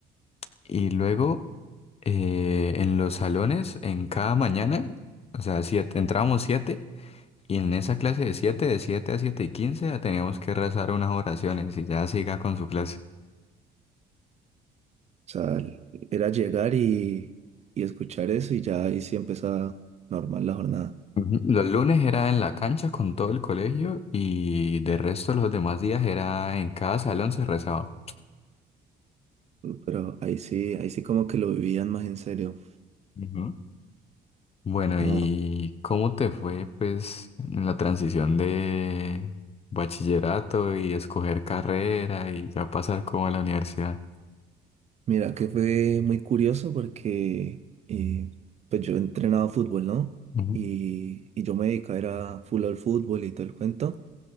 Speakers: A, on the left; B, on the right.
A: Y luego eh, en los salones, en cada mañana, o sea, siete, entrábamos siete. Y en esa clase de siete, de siete a siete y quince, ya teníamos que rezar unas oraciones y ya siga con su clase.
B: O sea, era llegar y, y escuchar eso y ya ahí sí empezaba normal la jornada.
A: Ujú. Los lunes era en la cancha con todo el colegio y de resto los demás días era en cada salón se rezaba.
B: Pero ahí sí, ahí sí como que lo vivían más en serio.
A: Ujú. Bueno,
B: Ah,
A: ¿y cómo te fue, pues, en la transición de bachillerato y escoger carrera y ya pasar como a la universidad?
B: mira que fue muy curioso porque eh, pues yo entrenaba fútbol, ¿no?
A: Ujú,
B: Y, y yo me dedicaba era full al fútbol y todo el cuento.